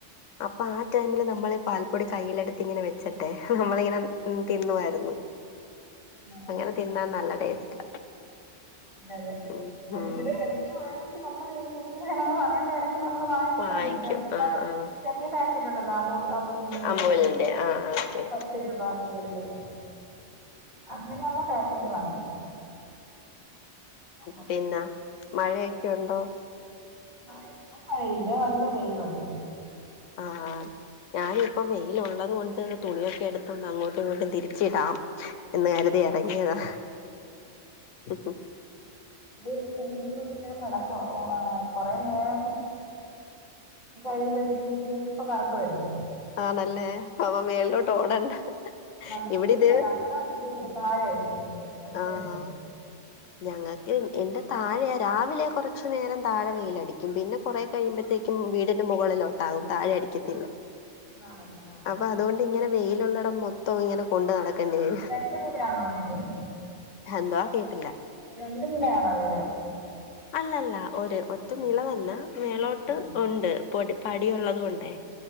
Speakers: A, on the left; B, on the right.
A: അപ്പൊ ആ ടൈമില് നമ്മൾ പാൽപ്പൊടി കയ്യിലെടുത്ത് ങ്ങനെ വെച്ച്ട്ടെ നമ്മളിങ്ങനെ തിന്നുവായിരുന്നു.
B: ആ
A: അങ്ങനെ തിന്നാൻ നല്ല ടേസ്റ്റാ.
B: അതെ
A: ഉം
B: അത് ഇവടെ എടയ്ക്ക് വാങ്ങിച്ച് നമ്മള് കുഞ്ഞിലെ വേണന്ന് പറയുമ്പടെക്ക് നമ്മൾ വാങ്ങിച്ച്
A: വാങ്ങിക്കും
B: കണ്ടിട്ട് ചെറിയില്ലെ
A: ആഹ് ആഹ്
B: ചെറിയ പാക്കറ്റ് ഉണ്ടല്ലോ അമൂ അമൂലിൻ്റെ ഒക്കെ
A: അമൂലിന്റെ
B: ചെറിയ ആഹ്
A: ഓക്കെ
B: പത്ത് രൂപ ഇരുപത് രൂപ അങ്ങനെയൊള്ള പാക്കറ്റ് വാങ്ങിക്കും അമ്മ
A: പിന്നെ മഴയൊക്കെ ഉണ്ടോ
B: മഴ ഇപ്പ മഴയില്ല നല്ല വെയിലുണ്ട്
A: ആഹ് ഞാനും ഇപ്പ വെയിലുള്ളത് കൊണ്ട് തുണിയൊക്കെ എടുത്തൊന്ന് അങ്ങോട്ടും ഇങ്ങോട്ടും തിരിച്ചിടാം എന്ന് കരുതി ഇറങ്ങിയതാ ഉം ഉം
B: ഈ തുണിയും കൊണ്ട് ഞാൻ നടക്കുവാ ഒ ആ കൊറെ നേരം കഴിയുമ്പോഴത്തേക്ക് നോക്കിയെ ഇപ്പ കറത്ത് വര്ന്ന്
A: ആണല്ലേ അപ്പ മേളിലോട്ട് ഓടണ്ട
B: അത് ഇവിടില്ലടാ
A: ഇവിടെ ഇത്
B: ഇവിടെ വെളിയിലാ താഴെ ഇട്ടിരിക്കുന്നത് അശയുണ്ട്
A: ആഹ് ഞങ്ങൾക്ക് എന്റെ താഴെയാ രാവിലെ കൊറച്ചു നേരം താഴെ വെയിലടിക്കും പിന്നെ കൊറെ കഴിയുമ്പഴത്തേക്കും വീടിന്റെ മുകളിലോട്ടാകും താഴെ അടിക്കത്തില്ല
B: ആണല്ലേ ആ
A: അപ്പ അതുകൊണ്ട് ഇങ്ങനെ വെയിലുള്ളടം മൊ ത്തം ഇങ്ങനെ കൊണ്ട് നടക്കേണ്ടി വരും
B: രണ്ട് നിലയാണോ വീട്
A: എന്തുവാ കേട്ടില്ല
B: രണ്ടു നിലയാണോ വീട്
A: അല്ലല്ല ഒരു ഒറ്റ
B: ഉം.
A: നില തന്നെ മേളോട്ട്
B: ഉം, ഉം.
A: ഉണ്ട് പൊടി പടിയുള്ളത് കൊണ്ടേ